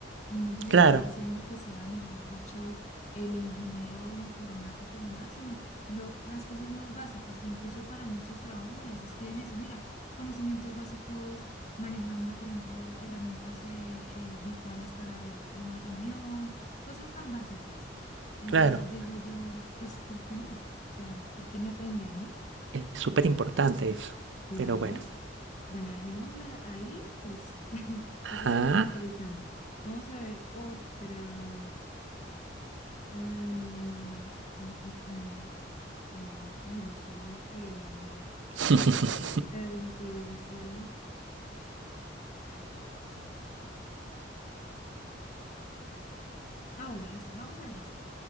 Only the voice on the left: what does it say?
Y no se le
está diciendo que sea, mejor dicho, el ingeniero informático ni nada, sino lo- las cosas más básicas, que incluso para muchos trabajos a veces piden eso. Mira, conocimientos básicos, manejando, por ejemplo, herramientas de, eh, virtuales para ver una reunión, cosas tan básicas. Entonces
digo yo, pues, ¿por qué no? O sea, ¿por qué no aprender, no?
Claro.
Bueno, dejémosla ahí, pues, <laughs> esa estuvo
como interesante. Vamos a ver otra. Ay, mm, mm, mm, mm, vamos, ay, no, es que hay unas que, Dios mío, o
sea, como que demasiado. A ver, a ver. Ah, bueno, esta, vamos a ver esta.